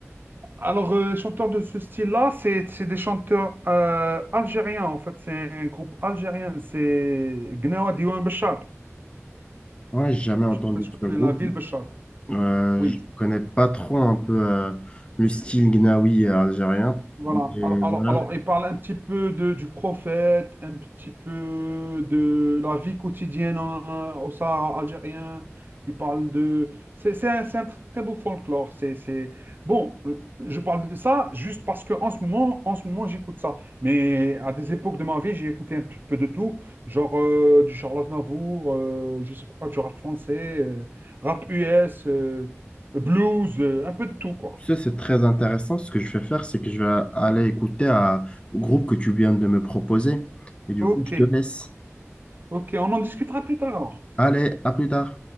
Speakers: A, on the right (about 45°); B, on the left (about 20°).
A: Alors, euh, les chanteurs de ce style-là, c'est c'est des chanteurs euh, algériens, en fait. C'est un groupe algérien. C'est Gnawa Diouane Béchar.
B: Ouais, j'ai jamais entendu
A: Je sais pas si
B: de
A: tu
B: ce
A: connais
B: groupe.
A: la ville Béchar.
B: Euh,
A: Oui,
B: je connais pas trop un peu euh, le style gnawi algérien.
A: voilà.
B: Et
A: Alors, alors,
B: voilà.
A: alors, il parle un petit peu de, du prophète, un petit peu de la vie quotidienne en- au Sahara algérien. Il parle de... C'est c'est un, c'est un très beau folklore. C'est, c'est... Bon, je parle de ça juste parce que en ce moment, en ce moment, j'écoute ça. Mais à des époques de ma vie, j'ai écouté un petit peu de tout, genre euh, du Charles Aznavour, euh, je sais pas, du rap français, euh, rap US, euh, blues, euh, un peu de tout, quoi.
B: Tu sais, c'est très intéressant. Ce que je vais faire, c'est que je vais aller écouter à- au groupe que tu viens de me proposer. Et du
A: Ok,
B: coup, je te laisse.
A: ok, on en discutera plus tard alors.
B: Allez, à plus tard.